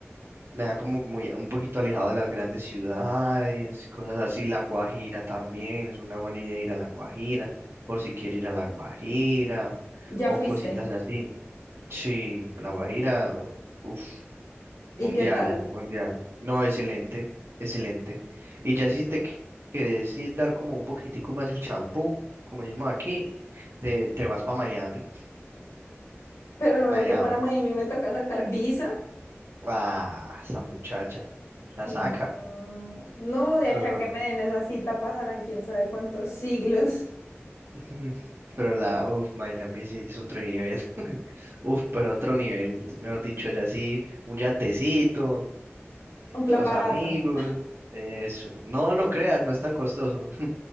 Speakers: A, on the right; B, on the left.
A: Me da como muy, un poquito alejado de las grandes ciudades, cosas así. La Guajira también, es una buena idea ir a La Guajira, por si quiere ir a La Guajira,
B: ¿Ya
A: o
B: fuiste?
A: cositas así. Sí, La Guajira, uff,
B: ¿Y
A: mundial,
B: qué tal?
A: mundial. No, excelente, excelente. Y ya si te qu- querés ir dar como un poquitico más el champú, como decimos aquí, te, te vas para Miami.
B: Pero
A: Miami,
B: no es que para Miami me toca sacar visa.
A: ah, esa muchacha, la
B: No,
A: saca,
B: no, de
A: pero,
B: aquí a que me den esa cita pasarán quién sabe cuántos siglos.
A: <laughs> pero la, uff, Miami sí es otro nivel. <laughs> Uf, pero otro nivel, mejor dicho, ya sí, un yatecito,
B: <laughs> Un plan
A: los
B: barato.
A: amigos, eso. No, no creas, no es tan costoso.